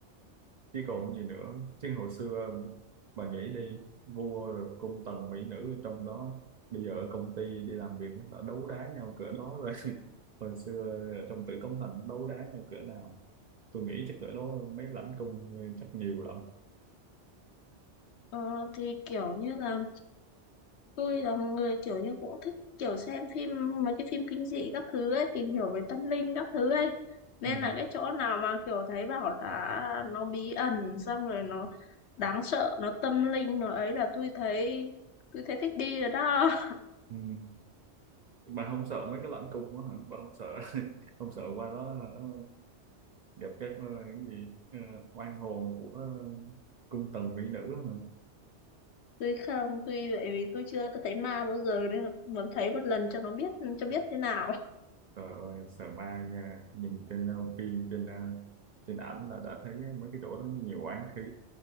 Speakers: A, on the right; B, on the left.
A: chứ còn gì nữa chứ hồi xưa ờ, bà nghĩ đi vua rồi cung tần mỹ nữ ở trong đó bây giờ ở công ty đi làm việc nó đã đấu đá nhau cỡ đó rồi <laughs> hồi xưa ở trong Tử Cấm Thành đấu đá nhau cỡ nào tôi nghĩ chắc cỡ đó mấy lãnh cung chắc nhiều lắm
B: Ờ, thì kiểu như là tôi là người kiểu như cũng thích kiểu xem phim mấy cái phim kinh dị các thứ ấy, tìm hiểu về tâm linh các thứ ấy. Nên
A: ừ.
B: là cái chỗ nào mà kiểu thấy bảo là nó bí ẩn xong rồi nó đáng sợ, nó tâm linh nó ấy là tôi thấy tôi thấy thích đi rồi đó. <laughs>
A: Ừ. bà không sợ mấy cái lãnh cung đó hả bà không sợ <laughs> không sợ qua đó hả? ờ, gặp các ờ, cái gì ờ, oan hồn của ờ, cung tần mỹ nữ hả
B: Tôi không, tôi vậy vì tôi chưa tôi thấy ma bao giờ nên là muốn thấy một lần cho nó biết cho biết thế nào.
A: Trời ơi, sợ ma nha. Nhìn trên uh, phim, trên uh, trên ảnh là đã thấy mấy cái chỗ đó nhiều oán khí.